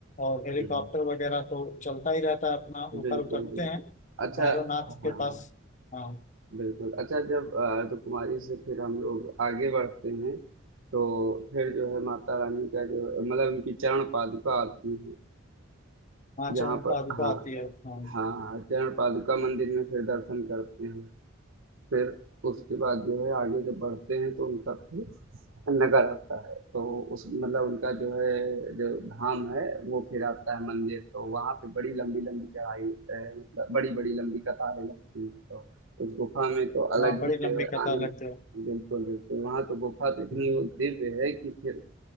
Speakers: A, on the left; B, on the right.
A: और हेलीकॉप्टर
B: हुँ।
A: वगैरह तो चलता ही रहता है अपना ऊपर
B: बिल्कुल,
A: उतरते
B: बिल्कुल।
A: हैं
B: अच्छा
A: भैरवनाथ के
B: हाँ।
A: पास हाँ
B: बिल्कुल। अच्छा जब अ, अर्धकुमारी से फिर हम लोग आगे बढ़ते हैं, तो फिर जो है माता रानी का जो मतलब उनकी चरण पादुका आती है,
A: वहाँ
B: जहाँ
A: चरण
B: पर
A: पादुका
B: हाँ,
A: आती है हाँ
B: हाँ, हाँ, चरण पादुका मंदिर में फिर दर्शन करते हैं। फिर उसके बाद जो है आगे जब बढ़ते हैं तो उनका फिर नगर आता है तो उस मतलब उनका जो है जो धाम है वो फिर आता है मंदिर तो वहाँ पे बड़ी लंबी लंबी चढ़ाई अ, मतलब बड़ी बड़ी लंबी कतारें लगती हैं तो उस गुफा में तो
A: वहाँ
B: अलग
A: बड़ी
B: ही
A: लंबी
B: जो है
A: कतार
B: आनंद
A: लगती है
B: बिल्कुल बिल्कुल वहाँ तो गुफा तो इतनी
A: हम्म।
B: वो दिव्य है कि फिर